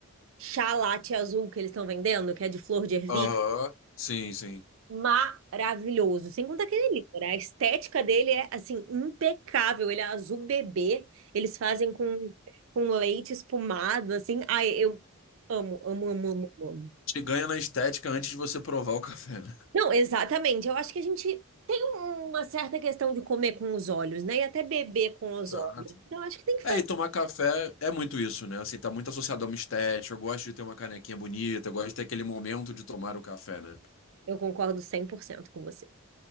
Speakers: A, on the right; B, on the left.
A: chá latte azul que eles estão vendendo, que é de flor de ervilha.
B: Aham. Sim, sim.
A: Maravilhoso. Sem contar que ele é lindo, né? A estética dele é, assim, impecável. Ele é azul bebê. Eles fazem com, com leite espumado, assim. Ai, eu amo, amo, amo, amo, amo.
B: Te ganha na estética antes de você provar o <laughs> café, né?
A: Não, exatamente. Eu acho que a gente tem uma certa questão de comer com os olhos, né? E até beber com os
B: Exato.
A: olhos. Então, acho que tem que
B: É,
A: fazer.
B: e tomar café é muito isso, né? Assim, tá muito associado a uma estética. Eu gosto de ter uma canequinha bonita, eu gosto de ter aquele momento de tomar o café, né?
A: Eu concordo 100% com você.